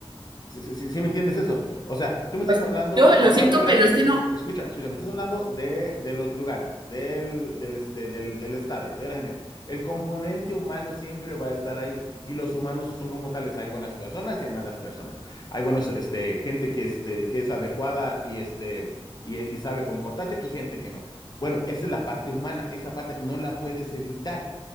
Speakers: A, on the left (about 40°); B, on the right (about 50°).
A: ¿Sí, sí, sí- sí me entiendes eso? O sea, tú me estás
B: Pues,
A: hablando,
B: yo lo
A: hablando,
B: siento,
A: espera,
B: pero
A: eh,
B: es que
A: eh,
B: no,
A: escucha, escucha, me estás hablando de, de los lugares, del, del, este, del, del estadio, de la gente. El componente humano siempre va a estar ahí y los humanos son como tales. Hay buenas personas y hay malas personas. Hay buenos, este, gente que, este, que es adecuada y, este, y, y sabe comportarse y gente que no. Bueno, esa es la parte humana, esa parte no la puedes evitar.